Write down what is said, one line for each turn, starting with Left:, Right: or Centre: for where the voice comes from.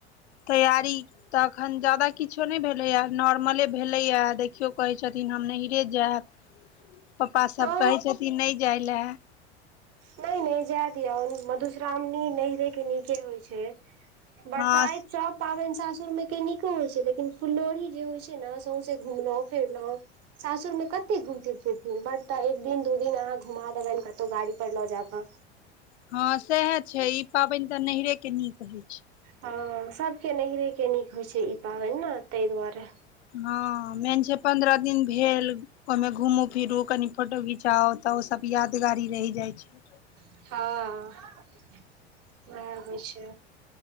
Left: तैयारी तऽ अखन ज्यदाा किछो नय भेलैएा नॉर्मले भेलेएा देखियो कहै छी छथिन हम नहिरे जैब प्पा सब
Right: हँ
Left: कहै छथिन नै जाय लै
Right: नै नै जैय दियौ मधुश्रावणी नैहरे के निके होइ छै बरसाइत
Left: हँ
Right: सब पाबैन सासुर में के नीको होइ छै लेकिन फुलोढ़ी जे होइ छै ना सौंसे घुमलहुँ फिरलहुँ ससुरमे कत घुमती फिरतीन ब तऽ एक दिन दू दिन अहाँ घुमा देबइन कतौ गाड़ी पर लऽ जाकऽ
Left: हँ सएह छै ई पाबइन तऽ नैहरे के नीक होय छै
Right: हँ सभके नैहरेके नीक होइत छै ई पाबनि ने तैइ दुआरे
Left: हँ मेन छै पंन्द्रह दिन भेल ओइमे घूमू फिर ओ कनि फोटो घिचाउ तऽ ओ सभ यादगारी रहि जाइ छै
Right: हँ उएह होइ छै